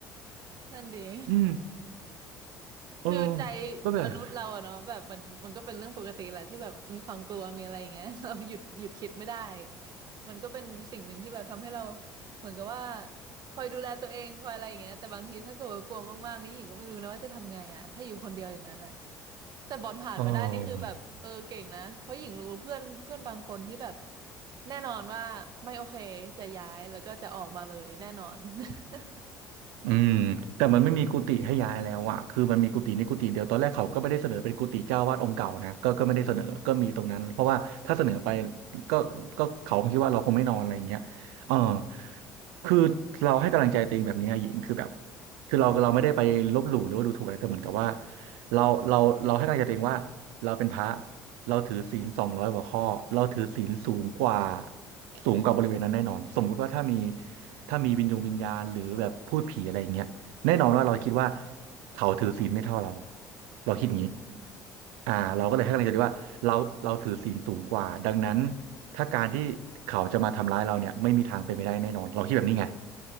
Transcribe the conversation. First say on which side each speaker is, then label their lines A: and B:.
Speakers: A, on the right; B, on the right.
A: นั่นดี
B: อืมเออ
A: คือใจ
B: ก็แบบ
A: มนุษย์เราอะเนาะแบบมันมันก็เป็นเรื่องปกติแหละที่แบบมีความกลัวมีอะไรอย่างเงี้ย <laughs> เราหยุดหยุดคิดไม่ได้มันก็เป็นสิ่งหนึ่งที่แบบทำให้เราเหมือนกับว่าคอยดูแลตัวเองคอยอะไรอย่างเงี้ยแต่บางทีถ้าเกิดว่ากลัวมากๆนี่หญิงก็ไม่รู้นะว่าจะทำไงอะถ้าอยู่คนเดียวอย่างนั้นอะแต่บอลผ่านมาได้นี่คือแบบเออเก่งนะเพราะหญิงรู้เพื่อนเพื่อนบางคนที่แบบ
B: เออ
A: แน่นอนว่าไม่โอเคจะย้ายแล้วก็จะออกมาเลยแน่นอน <laughs>
B: อืมแต่มันไม่มีกุฏิให้ย้ายแล้วอะคือมันมีกุฏินี่กุฏิเดียวตอนแรกเขาก็ไม่ได้เสนอเป็นกุฏิเจ้าวาดองค์เก่านะก็ก็ไม่ได้เสนอก็มีตรงนั้นเพราะว่าถ้าเสนอไปก็ก็เขาคงคิดว่าเราคงไม่นอนอะไรอย่างเงี้ยเออคือเราให้กำลังใจตัวเองแบบนี้นะหญิงคือแบบคือเราเราไม่ได้ไปลบหลู่หรือว่าดูถูกอะไรแต่เหมือนกับว่าเราเราเราให้กำลังใจตัวเองว่าเราเป็นพระ เราถือศีลสองร้อยกว่าข้อเราถือศีลสูงกว่าสูงกว่าบริเวณนั้นแน่นอนสมมุติว่าถ้ามีถ้ามีวิญญงวิญญาณหรือแบบพูดผีอะไรอย่างเงี้ยแน่นอนว่าเราคิดว่าเขาถือศีลไม่เท่าเราเราคิดอย่างนี้
A: อืม
B: อ่าเราก็เลยให้กำลังใจดีว่าเราเราถือศีลสูงกว่าดังนั้น
A: อ๋อ
B: ถ้าการที่เขาจะมาทำร้ายเราเนี่ยไม่มีทางเป็นไปได้แน่นอนเราคิดแบบนี้ไง